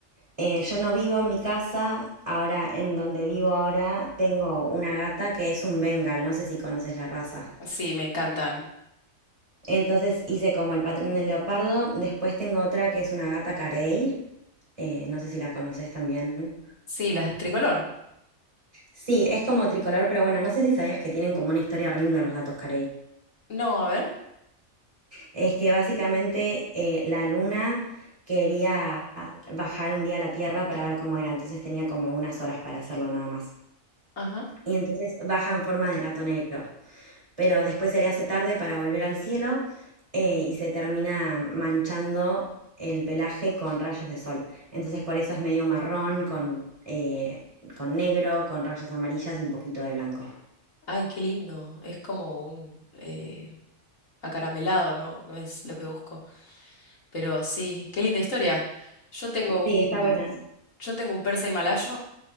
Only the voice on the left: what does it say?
Sí, me encantan.
Sí, las tricolor.
No, a ver.
Ajá.
Ay, qué lindo. Es como un eh, acaramelado, ¿no? No es lo que busco. Pero sí, qué linda historia. Yo tengo
un,
yo tengo un persa himalayo